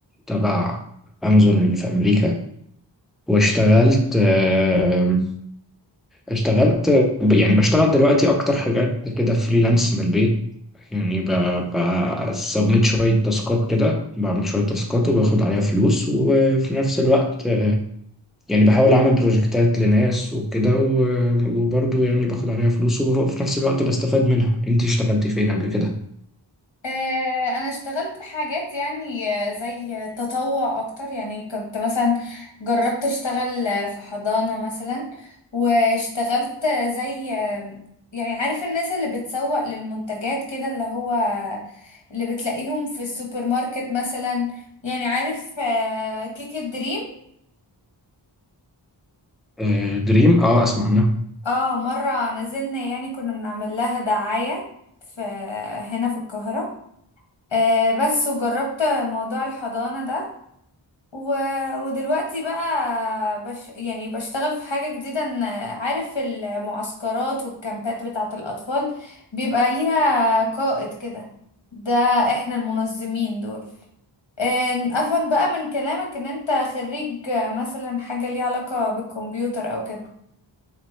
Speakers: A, in the centre; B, on the left.
A: تبع أمازون اللي في أمريكا واشتغلت آه، اشتغلت ب- يعني بشتغل دلوقتي أكتر حاجات كده فريلانس من البيت يعني بسبميت شوية تاسكات كده بعمل شوية تاسكات وباخد عليها فلوس وفي نفس الوقت يعني بحاول أعمل بروجكتات لناس وكده و- وبرضه يعني باخد عليها فلوس وفي نفس الوقت بستفاد منها أنت اشتغلتي فين قبل كده؟
B: آه انا اشتغلت حاجات يعني آه، زي تطوع اكتر يعني كنت مثلا جربت اشتغل آه، في حضانة مثلا واشتغلت آه، زي آه، يعني عارف الناس اللي بتسوق للمنتجات كده اللي هو اللي بتلاقيهم في السوبر ماركت مثلا يعني عارف آه، كيك الدريم
A: آه، دريم اه اسمع عنها
B: اه مرة نزلنا يعني كنا بنعمل لها دعاية في هنا في القاهرة آه بس وجربت موضوع الحضانة ده و... ودلوقتي بقى بش... يعني بشتغل في حاجة جديدة إن عارف المعسكرات والكامبات بتاعة الأطفال بيبقى ليها قائد كده ده احنا المنظمين دول آه، افهم بقى من كلامك ان انت خريج آه، مثلا حاجة ليها علاقة بالكمبيوتر او كده